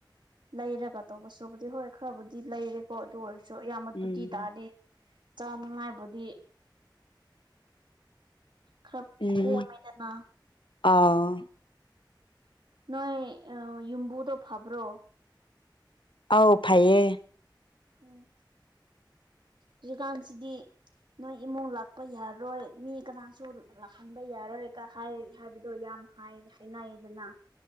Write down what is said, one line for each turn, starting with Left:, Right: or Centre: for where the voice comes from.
Right: ꯂꯩꯔꯒ ꯇꯧꯕꯁꯨꯍꯧꯖꯤꯛ ꯍꯣꯏ ꯈꯔꯕꯨꯗꯤ ꯂꯩꯔꯦꯀꯣ ꯑꯗꯨ ꯑꯣꯏꯔ ꯁꯨ ꯑꯌꯥꯝꯕ
Left: ꯎꯝ
Right: ꯇꯨꯇꯤ ꯇꯥꯔꯗꯤ ꯆꯥꯅꯤꯡꯉꯥꯏꯕꯨꯗꯤ ꯈꯔ
Left: ꯎꯝ
Right: ꯀꯣꯝꯃꯦꯗꯅ
Left: ꯑꯥꯎ
Right: ꯅꯣꯏ ꯑꯥ ꯌꯨꯝꯕꯨꯗꯣ ꯐꯥꯕ꯭ꯔꯣ
Left: ꯑꯥꯎ ꯐꯩꯌꯦ
Right: ꯎꯝ ꯍꯨꯖꯤꯀꯥꯟꯁꯤꯗꯤ ꯅꯣꯏ ꯏꯃꯨꯡ ꯂꯥꯛꯄ ꯌꯥꯔꯣꯏ ꯃꯤ ꯀꯅꯥꯁꯨ ꯂꯥꯛꯍꯟꯕ ꯌꯥꯔꯣꯏꯒꯥ ꯍꯥꯏ ꯍꯥꯏꯕꯗꯣ ꯌꯥꯝ ꯍꯥꯏ ꯍꯥꯏꯅꯩꯗꯅ